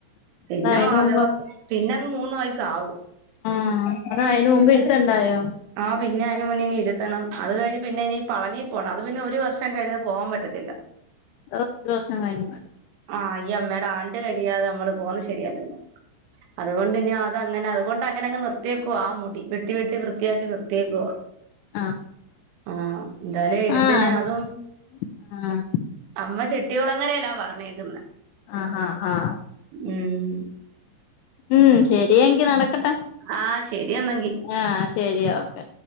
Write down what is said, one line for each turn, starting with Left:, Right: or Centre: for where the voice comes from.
Right: പിന്നെ
Left: അതാ അയിന്
Right: മാധവസ്
Left: മുമ്പ്
Right: പിന്നെ അങ്ങ് മൂന്ന് വയസ്സ് ആവും.
Left: ആഹ് അത് അയിന് മുമ്പ് എടുത്തുണ്ടായോ?
Right: ആഹ് പിന്നെ അതിന് മുന്നേ ഇനി ഇരുത്തണം, അത് കഴിഞ്ഞ് പിന്നെ ഇനി പഴനി. പോണം അത് പിന്നെ ഒരു വർഷം കഴിഞ്ഞാൽ പോവാൻ പറ്റത്തില്ല.
Left: അഹ് ഒരു വർഷം കഴിഞ്ഞു.
Right: ആഹ് ഈ അമ്മേടെ ആണ്ട് കഴിയാതെ നമ്മള് പോകുന്നത് ശരിയല്ലല്ലോ. അതുകൊണ്ട് ഇനി അത് അങ്ങനെ അത് കൊണ്ട് അങ്ങനെ അങ് നിർത്ത്യേക്കുവാ ആ മുടി വെട്ടി വെട്ടി. വൃത്തിയാക്കി നിർത്ത്യേക്കുവ.
Left: ആഹ്
Right: ആഹ് എന്താലും എഴുത്തിന്
Left: ആഹ്
Right: അതും.
Left: ആഹ്
Right: അമ്മ ചെട്ടികുളങ്ങരയില്ലാ പറഞ്ഞേക്കുന്ന്.
Left: ആഹ് ആഹ് ഹ.
Right: ഉം.
Left: ഉം ശെരി എങ്കി നടക്കട്ടെ
Right: ആഹ് ശരി എന്നെങ്കി
Left: ആഹ്. ശരി ഓക്കെ.